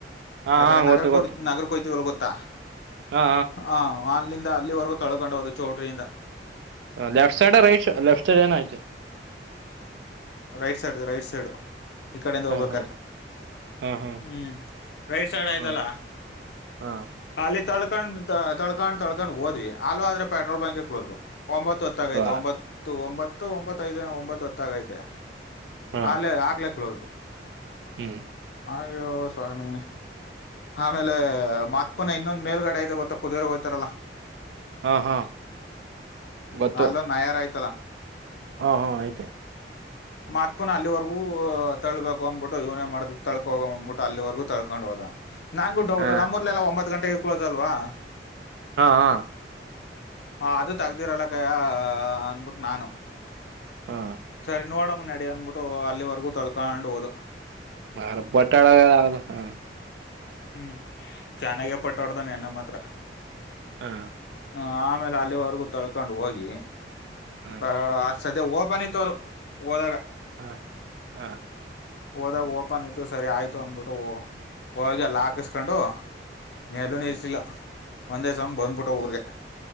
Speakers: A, on the right (about 75°); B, on the left (about 70°).
A: ಹಾ
B: ಎಕಡೆ
A: ಹಾ ಗೊತ್ತು
B: ನಗರ ಕೊ
A: ಗೊತ್ತು
B: ನಗರ ಕೊತಿ ಇವಲ ಗತ್ತ ಕುತ್ತಾ
A: ಹಾ
B: ಹಾ ಆನ್ಲ್ಲಿನ್ ಅಲ್ಲಿವರೆಗೂ ತೊಳ್ಕೊಂಡ ಹೋುದು ಚೌಟ್ರಿಂದ
A: left side right left side ಏನ ಆಐತೆ
B: ರೈಟ್ ಸೈಡ್ ರೈಟ್ ಸೈಡ್ ಈ ಕಡಿಂದ
A: ಹಾ
B: ಹೋಗ್ಬೇಕ್ರ
A: ಹಾ ಹಾ ಹಾ
B: ಹ್ಮ್ ರೈಟ್ ಸೈಡ್ ಆಯ್ತಲ್ಲ
A: ಹಾ ಹಾ
B: ಹಾಲ ತಳ್ಕೊಂಡ್ ತಳ್ಕೊಂಡ್ ತಳ್ಕೊಂಡ್ ಹೋದ್ವಿ ಅಲ್ ಆದ್ರೆ ಪೆಟ್ರೋಲ್ ಬಂಕ ಕ್ಲೋಸು ಒಂಬತ್ತು ಹೊತ್ತಾಗೈತು
A: ವಾ
B: ಒಂಬತ್ತು ಒಂಬತ್ತು ಹ ಒಂಬತ್ತೈದು ಒಂಬತ್ತು ಹತ್ತ ಆಾಗೈತೆ
A: ಹಾ
B: ಅಲೆೇ ಆಗ್ಲೇ ಕ್ಲೋದು
A: ಹ್ಮ್
B: ಅಯ್ಯೋ ಸ್ವಾಮಿ ಆಮೇಲೆ ಮತ್ಮನ ಇನ್ನೊಂದ್ ಮೇಲ್ಗಡೆ ಐತೆ ಗೊತ್ತಾ ಕುದುರೆಗೆ ಹೋಗ್ತಾರಲ್ಲ <inaudible>
A: ಹಾ ಹಾ
B: ಹ್ಮ
A: ಗೊತ್ತು
B: ಅಲೋ ನಯಾರ ಆಯತಲ್ಲ
A: ಹಾ ಹಾ ಐತೆ
B: ಮತ್ ಪುನ ಅಲ್ಲಿವರ್ಗೂ ತಳ್ಬೇಕು ಅಂದ್ಬಿಟ್ಟು ಇವ್ನೇ ಮಾಡ ತಳ್ಕ ಹೋಗ ಅಂದ್ಬಿಟ್ಟು ಅಲ್ಲಿವರ್ಗೂ ತಳ್ಕೊಂಡ್ ಹೋದ ನಂಗು ಡೌಟ್
A: ಹಾ
B: ನಮ್ಮೂರ್ಲೆಲ್ಲ ಒಂಬತ್ತು ಗಂಟೆಗೆ ಕ್ಲೋಸ್ ಅಲ್ವಾ
A: ಹಾ ಹಾ
B: ಹ ಅದು ತಗ್ದಿರಲ್ಲಕಯ ಅನ್ಬಿಟ್ಟು ನಾನು
A: ಹಾ
B: ಸರಿ ನೋಡ ನಡಿ ಅಂದ್ಬಿಟ್ಟು ಅಲ್ಲಿವರೆಗೂ ತೊಳ್ಕೊಂಡ್ ಹೋದು
A: ನ ಬಟ್ಟಾಳದು ಹಾ
B: ಹ್ಮ್ ಚೆನ್ನಾಗೇ ಪಟಾಡ್ದನ್ನೆನ್ನೆ ನ್ನ ಮಾತ್ರ
A: ಹ್ಮ
B: ಹ ಆಮೇಲೆ ಅಲ್ಲಿವರೆಗೂ ತಳ್ಕೊಂಡ್ ಹೋಗಿ
A: ಹಾ
B: ಅ ಸದ್ಯ ಓಪನ್ ಇತ್ತು ಅದು ಹೋದಾಗ
A: ಹಾ ಹಾ
B: ಹೋದಾಗ ಓಪನ್ ಇತ್ತು ಸರಿ ಆಯ್ತು ಅಂದಬಿಟ್ಟು ಹೋಗ್ ಈಗಲ್ಲ ಹಾಕಿಸಕೊಂಡು ಇ ಎಲ್ಲೂ
A: ಹ್ಮ್
B: ಇರ್ಸಿಲ್ಲ ಒಂದೇಸ ಬಂದ್ಬಿಟ್ಟ ಊರ್ಗೆ